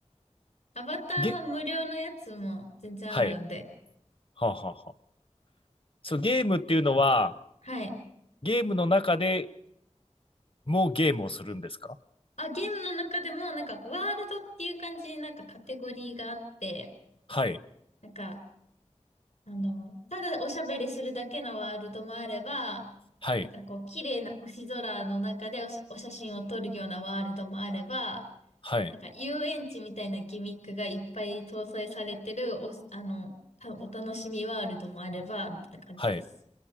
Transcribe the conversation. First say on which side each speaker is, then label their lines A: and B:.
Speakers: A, on the left; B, on the left.
A: アバターは無料のやつも全然あるんで。
B: ゲ、はい。はあ、はあはあ。そう、ゲームっていうのは、
A: はい。
B: ゲームの中でもうゲームをするんですか
A: あ、ゲームの中でも、なんか、ワールドっていう感じになんかカテゴリーがあって、
B: はい。
A: なんか、あの、ただおしゃべりするだけのワールドもあれば、
B: はい。
A: なんかこう、綺麗な星空の中でおし、お写真を撮るようなワールドもあれば、
B: はい。
A: なんか遊園地みたいなギミックがいっぱい搭載されてるお、あの、たお楽しみワールドもあれば、みたいな感じです。
B: はい。